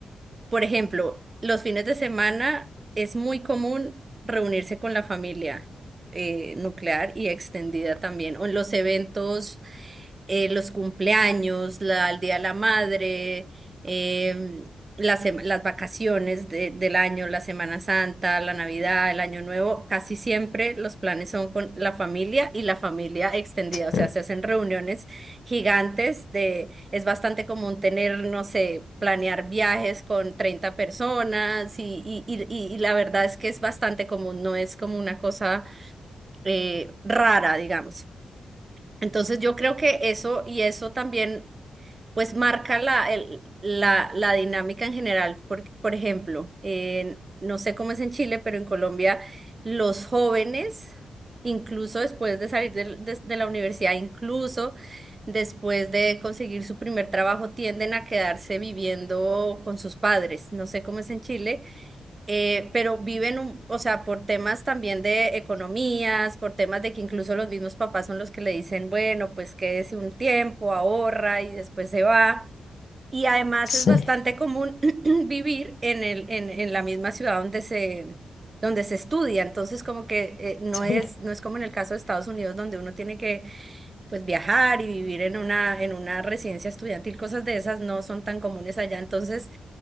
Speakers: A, on the right (about 25°); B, on the left (about 50°).
A: por ejemplo, los fines de semana es muy común reunirse con la familia eh, nuclear y extendida también, o en los eventos eh, los cumpleaños, la, el Día de la Madre, em, las, sem- las vacaciones de- del año, la Semana Santa, la Navidad, el Año Nuevo, casi siempre los planes son con la familia y la familia extendida, o sea,
B: Mm,
A: se hacen reuniones gigantes de, es bastante común tener, no sé, planear viajes con 30 personas y, y, y, y y la verdad es que es bastante común, no es como una cosa eh, rara, digamos. Entonces yo creo que eso y eso también pues marca la, el- la, la dinámica en general. Por, por ejemplo, en- no sé cómo es en Chile, pero en Colombia los jóvenes, incluso después de salir del- des- de, la universidad, incluso después de conseguir su primer trabajo, tienden a quedarse viviendo con sus padres. No sé cómo es en Chile, eh, pero viven, un, o sea, por temas también de economías, por temas de que incluso los mismos papás son los que le dicen, bueno, pues quédese un tiempo, ahorra y después se va. Y además
B: Sí,
A: es bastante común <clears throat> vivir en el, en, en la misma ciudad donde se, donde se estudia. Entonces, como que eh, no
B: sí.
A: es, no es como en el caso de Estados Unidos, donde uno tiene que pues viajar y vivir en una, en una residencia estudiantil, cosas de esas no son tan comunes allá. Entonces,